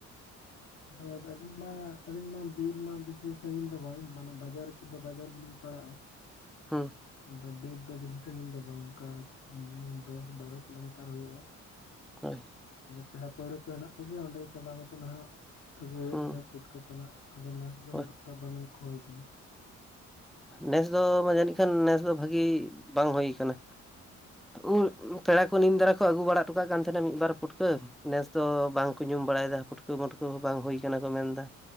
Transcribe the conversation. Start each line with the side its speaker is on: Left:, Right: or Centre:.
Left: <unintelligible> ᱟᱞᱤᱧ ᱢᱟᱼᱼ ᱟᱹᱞᱤᱧ ᱢᱟ ᱵᱤᱨ ᱢᱟ ᱵᱮᱥᱤ ᱥᱟᱺᱜᱤᱧ ᱫᱚ ᱵᱟᱝ ᱢᱟᱱᱮ ᱵᱟᱡᱟᱨ ᱫᱚ ᱵᱟᱡᱟᱨ ᱜᱮᱞᱤᱧ ᱯᱟᱲᱟᱜᱼᱟ᱾
Centre: ᱦᱩᱸ᱾
Left: ᱟᱫᱚ ᱵᱤᱨ ᱫᱚ ᱵᱮᱥᱤ ᱥᱟᱹᱜᱤᱧ ᱫᱚ ᱵᱟᱝ ᱚᱱᱠᱟ ᱫᱚᱥ ᱵᱟᱨᱚ ᱠᱤᱞᱳᱢᱤᱴᱟᱨ ᱦᱩᱭᱩᱜᱼᱟ᱾
Centre: ᱦᱳᱭ᱾
Left: ᱯᱮᱲᱟ ᱯᱟᱹᱲᱦᱟᱹ ᱠᱚ ᱦᱮᱱᱟᱜ ᱠᱚᱜᱮᱭᱟ ᱚᱰᱮ ᱪᱟᱞᱟᱣ ᱠᱟᱛᱮᱜ ᱦᱟᱸᱜᱼᱼ ᱟᱹᱜᱩᱭ ᱦᱩᱭᱩᱜ
Centre: ᱦᱩᱸ
Left: ᱜᱮᱭᱟ ᱯᱩᱴᱠᱟᱹ ᱛᱟᱱᱟᱜ ᱟᱫᱚ ᱱᱮᱥ ᱫᱚ
Centre: ᱦᱳᱭ
Left: ᱩᱱᱟᱹᱜ ᱴᱟ ᱵᱟᱝ ᱞᱚᱠᱷᱚ ᱦᱩᱭ ᱠᱟᱱᱟ᱾
Centre: ᱱᱮᱥ ᱫᱚ ᱡᱟᱹᱱᱤᱡ ᱠᱷᱟᱱ ᱱᱮᱥ ᱫᱚ ᱵᱷᱟᱹᱜᱤ ᱵᱟᱝ ᱦᱩᱭ ᱠᱟᱱᱟ᱾ ᱩᱞ ᱯᱮᱲᱟ ᱠᱚ ᱱᱤᱢ ᱫᱟᱨᱟ ᱠᱚ ᱟᱹᱜᱩ ᱵᱟᱲᱟ ᱦᱚᱴᱚ ᱠᱟᱜ ᱠᱟᱱ ᱛᱟᱦᱮᱱᱟ ᱢᱤᱫᱵᱟᱨ ᱯᱩᱴᱠᱟᱹ ᱱᱮᱥ ᱫᱚ ᱵᱟᱝᱠᱚ ᱧᱩᱢ ᱵᱟᱲᱟᱭᱮᱫᱟ ᱯᱩᱴᱠᱟᱹ ᱢᱟᱹᱴᱠᱟᱹ ᱵᱟᱝ ᱦᱩᱭ ᱠᱟᱱᱟ ᱠᱚ ᱢᱮᱱᱫᱟ᱾